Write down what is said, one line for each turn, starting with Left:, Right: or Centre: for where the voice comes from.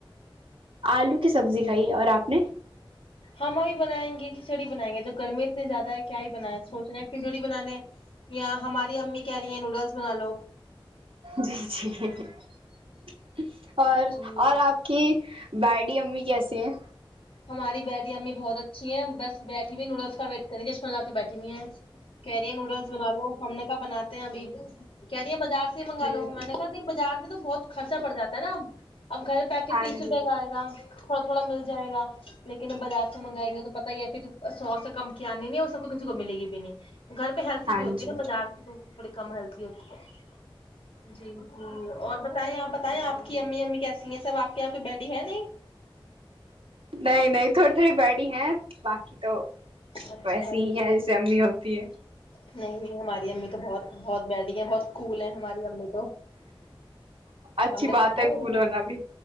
Right: آلو کی سبزی کھائی اور آپ نے
Left: ہم ابھی بنائیں گے کھچڑی بنائیں گے تو گرمی اتنی زیادہ ہے کیا ہی بنائیں سوچنےے ہیں کھچڑی بنانے یا ہماری امی کہہ رہی ہیں نوڈلس بنا لو
Right: جی جی <unintelligible> اچ <unintelligible> اور
Left: جی
Right: اور آپ کی بیڈی امی کیسی ہیں
Left: ہماری بیڈی امی بہت اچھی بس بیٹھی ہوئی نوڈلس کا ویٹ کریں چشمہ لا کے بیٹھی بھیئی ہے کیری نوڈلس بنا لو ہم نے کب بنای بھی <unintelligible> کہہ دے بازار سے ہی منگا
Right: جی
Left: لو میں نے کہا نہیں بازار پہ تو بہت خرچہ پڑ جا ہے نا اب گھر پیکٹ
Right: ہاں
Left: تیس روپئے
Right: جی
Left: کا آئے گا تھوڑا تھوڑا مل جائے گا لیکن اب بازار سے
Right: ہاں
Left: منگائیں
Right: جی ہاں
Left: گے تو
Right: جی
Left: پت ہی ہے پھر سوس کمک آنی ن، اور سب کو کچ ک ملے گی بھی نہیں گھر پہ ہیلتھی
Right: ہاں
Left: بھی ہوتی
Right: جی
Left: ہے نا بازار کی تو تھوڑی کم ہیلت ہوتی ہے جی جی اور بتائے آپ بتیں آپ کے امی امی کیسی ہیں سب آپ کے یہاں کوئی بیڈی ہے نہیں
Right: نہیں نہیں تھوڑی تھوڑی بیٹ ہیں باقی تو
Left: اچھا
Right: ویسی
Left: اچھا
Right: ہی ہے جیسے امی ہوتی ہے
Left: نہیں ہماری امی تو بہت بہت بیٹڈی ہیں بہت اسکول ہے ہماری امی تو
Right: اچھی
Left: امی
Right: بات
Left: تونا
Right: ہے کول ہونا بھی